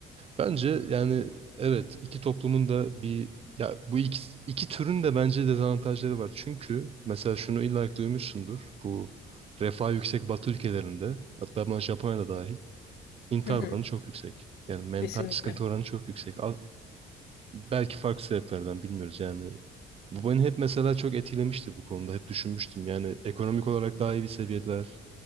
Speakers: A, on the right (about 35°); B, on the left (about 75°).
A: Bence yani evet iki toplumun da bir ya bu iki, iki türün de bence dezavantajları var. Çünkü mesela şunu illa ki duymuşsundur. Bu refah yüksek Batı ülkelerinde hatta buna Japonya'da dahil intihar
B: Hı hı,
A: oranı çok yüksek. Yani mental
B: kesinlikle.
A: sıkıntı oranı çok yüksek. Az- belki farklı sebeplerden bilmiyoruz yani. Bu beni hep mesela çok etkilemişti bu konuda. Hep düşünmüştüm. Yani ekonomik olarak daha iyi bir seviyeler,